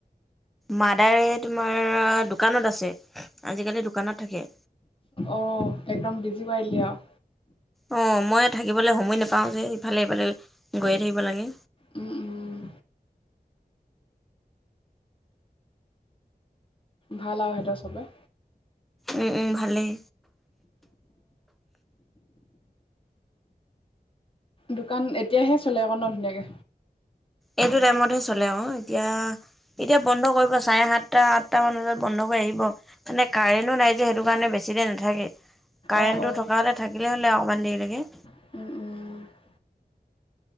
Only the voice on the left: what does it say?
অ', একদম বিজি কৰি দিলি আৰু।
উম, উম। ভাল আৰু সিহঁতৰ সবে।
দোকান এতিয়াহে চলে আকৌ ন'ধুনীয়াকে।
অঁ অঁ
উম, উম।